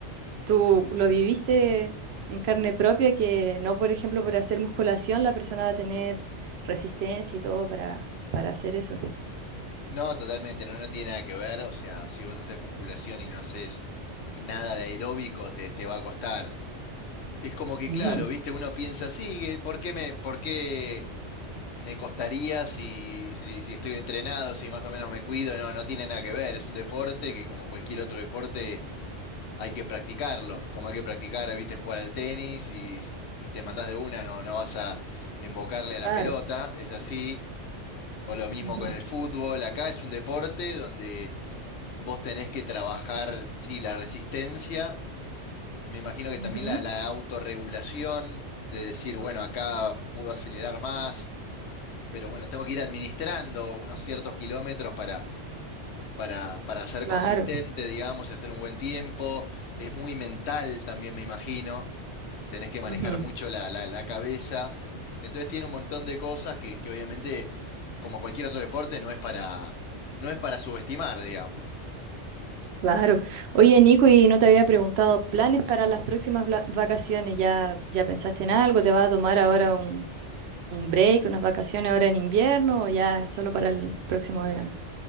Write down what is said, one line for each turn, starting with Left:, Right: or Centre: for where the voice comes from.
Right: tú lo viviste en carne propia, que no, por ejemplo, por hacer musculación la persona va a tener resistencia y todo para, para hacer eso.
Left: No, totalmente, no, no tiene nada que ver. O sea, si vos haces musculación y no haces nada de aeróbico, te, te va a costar. Es como que,
Right: Ujú,
Left: claro, viste, uno piensa, sí, ¿por qué me, por qué? me costaría si, si, si estoy entrenado, si más o menos me cuido, no, no tiene nada que ver, es un deporte que como cualquier otro deporte hay que practicarlo, como hay que practicar, viste, jugar al tenis y si te mandás de una no, no vas a embocarle a la
Right: Claro.
Left: pelota, es así, o lo mismo
Right: ujú,
Left: con el fútbol, acá es un deporte donde vos tenés que trabajar, sí, la resistencia, me imagino que también
Right: ujú,
Left: la, la autorregulación, de decir, bueno, acá puedo acelerar más pero bueno, tengo que ir administrando unos ciertos kilómetros para, para, para ser
Right: Claro.
Left: consistente, digamos, y hacer un buen tiempo. Es muy mental también, me imagino. Tenés que manejar
Right: ujú.
Left: mucho la, la- la cabeza. Entonces tiene un montón de cosas que, que obviamente, como cualquier otro deporte, no es para, no es para subestimar, digamos.
Right: Claro. Oye, Nico, y no te había preguntado, ¿planes para las próximas vla- vacaciones? ¿Ya, ya pensaste en algo? ¿Te vas a tomar ahora un, un break, unas vacaciones ahora en invierno o ya es solo para el próximo verano?